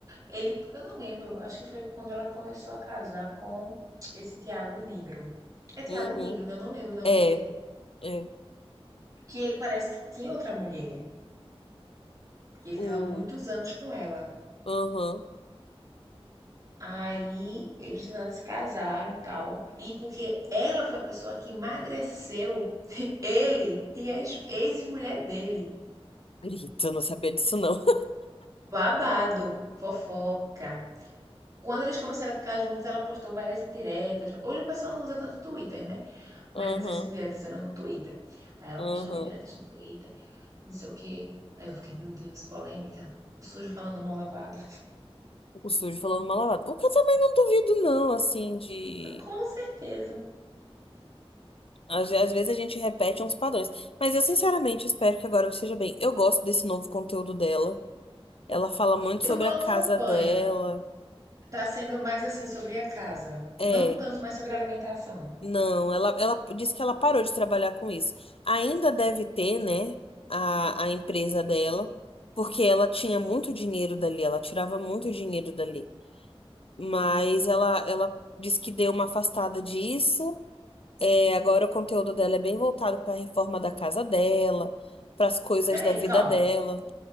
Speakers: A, on the right; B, on the left.
A: ele, eu não lembro, acho que foi quando ela começou a casar com esse Tiago Negro. É Tiago
B: Uhum.
A: Negro, né? Eu não lembro o nome
B: É,
A: dele.
B: é.
A: Que ele parece que tinha outra mulher. que Ele
B: O.
A: tava muitos anos com ela.
B: Aham.
A: Aí eles nada se casaram e tal. E porque ela foi a pessoa que emagreceu <laughs> ele e a ex-mulher dele.
B: Grito, eu não sabia disso, não.
A: Babado, fofoca. Quando eles começaram a ficar juntos, ela postou várias indiretas. Hoje o pessoal não usa tanto o Twitter, né? Mas
B: <laughs> Aham,
A: antes as indiretas eram no Twitter. Aí ela
B: aham.
A: postava indiretas no Twitter, não sei o quê. Aí eu fiquei, meu Deus, polêmica. O sujo falando mal lavado.
B: O sujo falando mal lavado. O que eu também não duvido, não, assim, de.
A: <laughs> Com certeza.
B: Às, às vezes a gente repete uns padrões. Mas eu, sinceramente, espero que agora ela esteja bem. Eu gosto desse novo conteúdo dela. Ela fala muito
A: Eu
B: sobre
A: não
B: a casa
A: acompanho.
B: dela.
A: Tá sendo mais assim sobre a casa.
B: É.
A: Não tanto mais sobre a alimentação.
B: Não, ela, ela disse que ela parou de trabalhar com isso. Ainda deve ter, né, a, a empresa dela, porque ela tinha muito dinheiro dali, ela tirava muito dinheiro dali. Mas ela, ela disse que deu uma afastada disso. É, agora o conteúdo dela é bem voltado para a reforma da casa dela, para as coisas
A: Peraí,
B: da vida
A: calma.
B: dela.